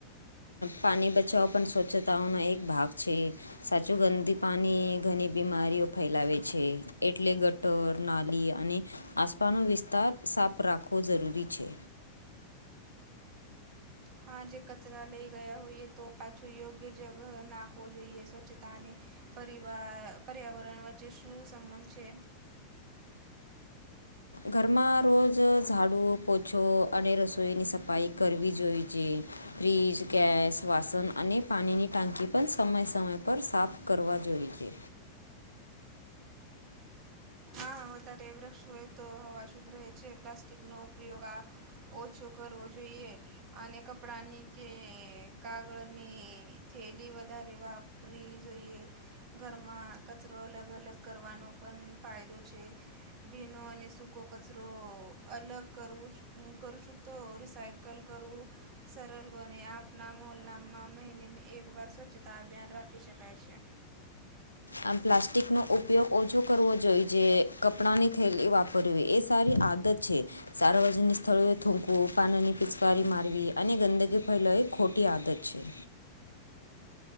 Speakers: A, on the left (about 80°); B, on the right (about 40°).
A: પાણી બચાવો પણ સ્વચ્છતાઓનો એક ભાગ છે. સાચું ગંદી પાણી ઘણી બીમારીઓ ફેલાવે છે એટલે તઓ નાલી અને આસપાનો વિસ્તાર સાફ રાખવો જરૂરી છે.
B: હા જે કચરા લઈ ગયાં હોઈએ તો પાછું યોગ્ય જગહ નાખવો જોઈએ સ્વચ્છતાને પરિવાર પર્યાવરણ વચ્ચે શું સંબંધ છે?
A: ઘરમાં રોજ ઝાડું પોછો અને રસોઈની સફાઈ કરવી જોઈ જે. ફ્રીજ, ગેસ, વાસન અને પાણીની ટાંકી પણ સમય સમય પર સાફ કરવા જોઈ છે.
B: હા વધારે વૃક્ષ હોય તો હવા શુદ્ધ રહે છે પ્લાસ્ટિકનો ઉપયોગ આ ઓછો કરવો જોઈએ. અને કપડાની કે કાગળની થેલી વધારે વા ફ્રી રઈએ, ઘરમાં કચરો અલગ-અલગ કરવાનો પણ ફાયદો છે. ભીનો અને સૂકો કચરો અલગ કરવું કરશું તો રિસાય કલ કરવું સરલ બને આપના મોહલ્લામાં મહિનેમે એકવાર સ્વચ્છતા અભિયાન રાખી શકાય છે.
A: આમ પ્લાસ્ટિકનો ઉપયોગ ઓછો કરવો જોઈએ જે કપડાંની થેલી વાપરવી એ સારી આદત છે. સાર્વજનિક સ્થળોએ થૂકવું, પાનની પિચકારી મારવી અને ગંદકી ફેલોવી એ ખોટી આદત છે.